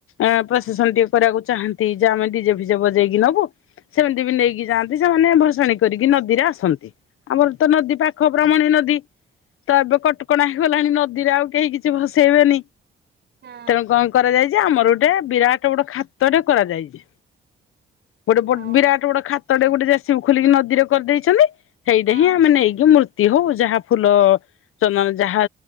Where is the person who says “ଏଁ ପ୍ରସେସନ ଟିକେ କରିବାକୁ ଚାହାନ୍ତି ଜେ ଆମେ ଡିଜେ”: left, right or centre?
Left